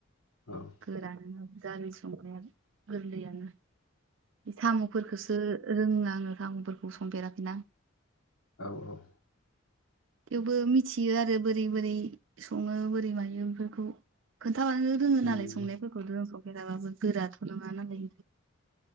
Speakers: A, on the left; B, on the right.
A: औ
B: गोरान गारि संनाया गोरलैयानो। साम'फोरखौसो रोङा आङो साम'फोरखौ संफेराखैना।
A: औ औ।
B: थेवबो मिथियो आरो बोरै बोरै सङो बोरै मायो बेफोरखौ। खोनथाबानो रोङो
A: उम
B: नालाय संनायफोरखौ थ' जों संफेराबाबो गोराथ' नङा नालाय।